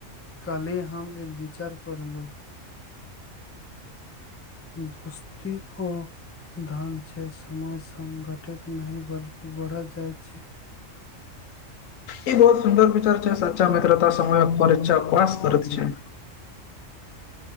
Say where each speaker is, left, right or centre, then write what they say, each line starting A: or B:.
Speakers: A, on the left; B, on the left.
A: काल्हि हम एक विचार पढ़लहुॅ। धोस्ती। ओ धान छै समय। संगठित नहि बल्कि बढ़ल जाइत छै।
B: ई बहुत सुन्दर विचार छै सच्चा मित्रता समयक परीक्षा पास करैत छै।